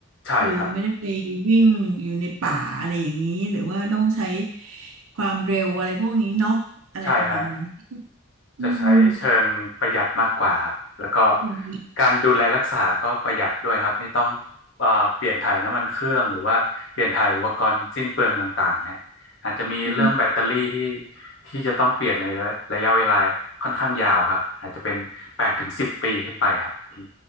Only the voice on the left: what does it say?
ใช่ครับ
ใช่ฮะ
จะใช้เชิงประหยัดมากกว่าครับแล้วก็
การดูแลรักษาก็ประหยัดด้วยครับไม่ต้องเอ่อเปลี่ยนถ่ายน้ำมันเครื่องหรือว่าเปลี่ยนถ่ายอุปกรณ์สิ้นเปลืองต่างๆฮะอาจจะมีเรื่องแบตเตอรี่ที่
ที่จะต้องเปลี่ยนในระยะเวลาค่อนข้างยาวครับอาจจะเป็นแปดถึงสิบปีขึ้นไปครับพี่